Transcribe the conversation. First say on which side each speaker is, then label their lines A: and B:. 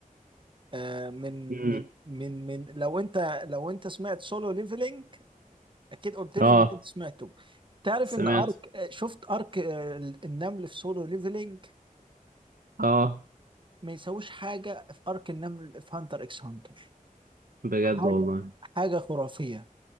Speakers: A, on the right; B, on the right.
A: آه من
B: امم
A: من من من لو أنت لو أنت سمعت سولو ليفلينج اكيد قلت لي
B: اه
A: انك انت سمعته تعرف
B: سمعت
A: ان ارك آه، شفت ارك آه، النمل في سولو ليفلينج
B: اه
A: ما يساويش حاجه في ارك النمل في هانتر اكس هانتر
B: بجد
A: حاجه
B: والله
A: حاجه خرافيه